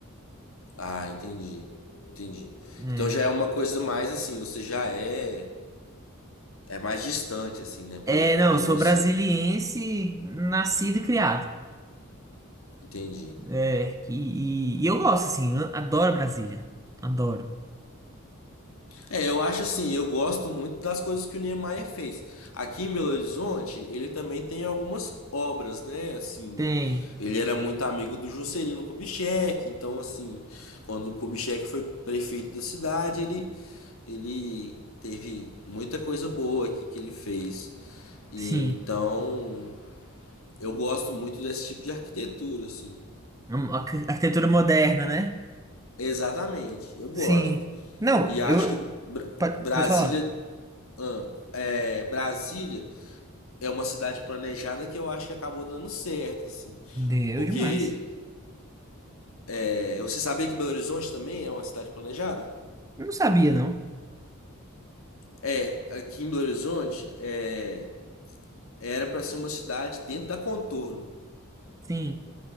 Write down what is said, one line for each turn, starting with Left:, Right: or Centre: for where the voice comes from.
Left: Ah, entendi. Entendi.
Right: É,
Left: Então já é uma coisa mais assim, você já é é mais distante, assim, né, pra,
Right: É, não,
Left: de
Right: eu sou
Left: você.
Right: brasiliense, nascido e criado.
Left: Entendi.
Right: É, e, e eu gosto, assim, eu adoro Brasília. Adoro.
Left: É, eu acho assim, eu gosto muito das coisas que o Niemeyer fez. Aqui em Belo Horizonte, ele também tem algumas obras, né? Assim,
Right: Tem,
Left: ele era muito amigo do Juscelino Kubitschek, então assim, quando o Kubitschek foi prefeito da cidade, ele ele teve muita coisa boa aqui que ele fez. E
Right: sim.
Left: então, eu gosto muito desse tipo de arquitetura, assim.
Right: Um, arqu- Arquitetura moderna, né?
Left: Exatamente, eu gosto.
Right: Sim. Não,
Left: E acho
Right: eu.
Left: que Bra-
Right: Pode,
Left: Brasília,
Right: pode falar.
Left: ah, é, Brasília é uma cidade planejada que eu acho que acabou dando certo, assim.
Right: Deu
Left: Porque
Right: demais.
Left: é, você sabia que Belo Horizonte também é uma cidade planejada?
Right: Eu não sabia, não.
Left: É, aqui em Belo Horizonte é, era para ser uma cidade dentro da Contorno.
Right: Sim.